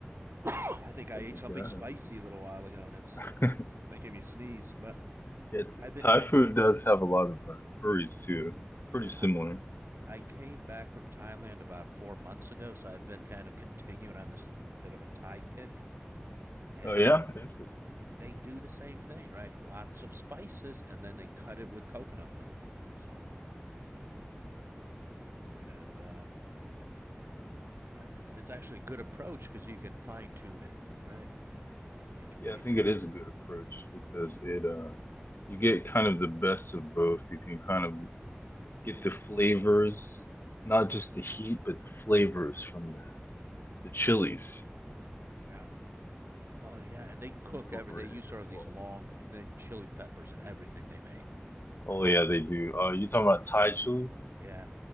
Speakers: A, on the right; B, on the left.
A: I think I
B: I
A: ate
B: forgot.
A: something spicy a little while ago and it's
B: <laughs>
A: uh, making me sneeze. But
B: It's
A: I've been
B: Thai
A: I've
B: food
A: been
B: does have a lot of uh, curries too,
A: uh,
B: pretty similar.
A: I I came back from Thailand about four months ago, so I've been kind of continuing on this bit of a Thai kick. And
B: Oh yeah, interesting.
A: they do the same thing, right? Lots of spices, and then they cut it with coconut milk. So, and um, right, it's it's actually a good approach because you can fine tune it, right, uh, between
B: Yeah, I think
A: uh,
B: it is a good approach because it uh you get kind of the best of both. You can kind of get the flavors, not just the heat, but the flavors from the the chilies
A: Yeah. Well, yeah, and they cook
B: incorporated
A: every. They use sort
B: as
A: of these
B: well.
A: long, thin chili peppers in everything they make.
B: Oh yeah, they do. Uh, you talking about Thai chilies?
A: Yeah,